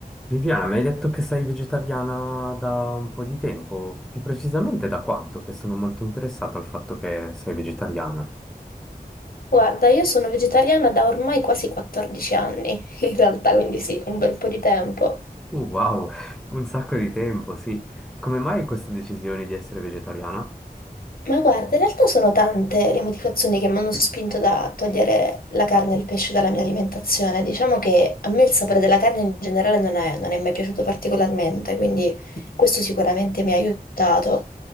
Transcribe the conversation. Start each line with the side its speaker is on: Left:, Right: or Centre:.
Centre: Viviana, mi hai detto che sei vegetariana da un po' di tempo, più precisamente da quanto? Che sono molto interessato al fatto che sei vegetariana.
Left: Guarda, io sono vegetariana da ormai quasi 14 anni, <laughs> in realtà, quindi sì, un bel po' di tempo.
Centre: Uh, wow, un sacco di tempo, sì. Come mai questa decisione di essere vegetariana?
Left: Ma guarda, in realtà sono tante le motivazioni che mi hanno spinto da togliere la carne e il pesce dalla mia alimentazione. Diciamo che a me il sapore della carne in generale non è, non è mai piaciuto particolarmente, quindi questo sicuramente mi ha aiutato.